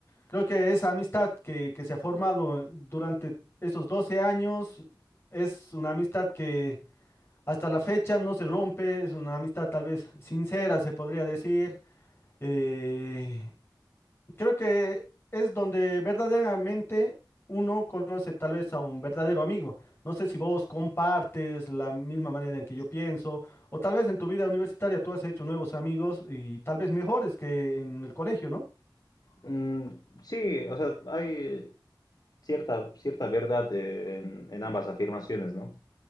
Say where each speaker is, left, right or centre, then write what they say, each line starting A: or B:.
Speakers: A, on the left; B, on the left.
A: Creo que esa amistad que, que se ha formado durante esos 12 años es una amistad que hasta la fecha no se rompe, es una amistad tal vez sincera, se podría decir. eh, Creo que es donde verdaderamente uno conoce tal vez a un verdadero amigo. No sé si vos compartes la misma manera en que yo pienso, o tal vez en tu vida universitaria tú has hecho nuevos amigos y tal vez mejores que en el colegio, ¿no?
B: Mm, sí, o sea, hay cierta, cierta verdad eh, en, en ambas afirmaciones, ¿no?